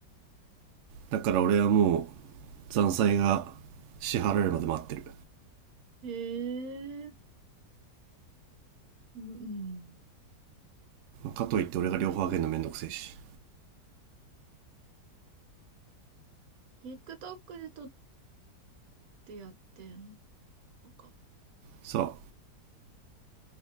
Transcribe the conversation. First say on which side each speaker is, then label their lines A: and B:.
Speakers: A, on the right (about 85°); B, on the right (about 60°).
A: だから俺はもう残債が支払えるまで待ってる
B: ええうん、うん。
A: かといって俺が両方あげるのめんどくせえし
B: TikTok で撮ってやってんのか。
A: さあ